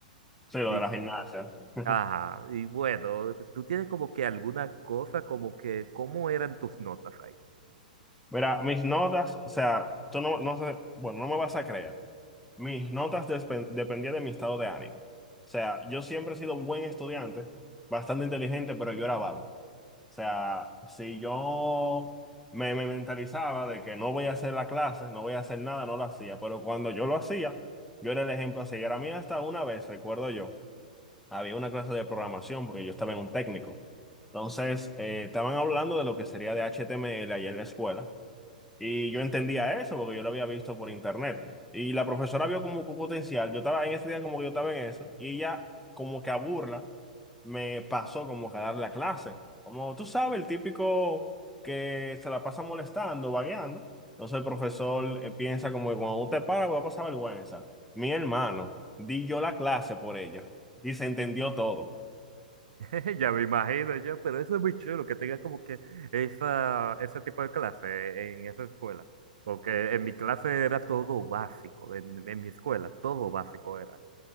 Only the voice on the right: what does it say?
Y,
ajá, y bueno, tú tienes como que alguna cosa como que, ¿cómo eran tus notas ahí?
<laughs> Ya me imagino yo, pero eso es muy chulo, que tenga como que esa, ese tipo de clase en esa escuela. Porque en mi clase era todo básico, en, en mi escuela todo básico era.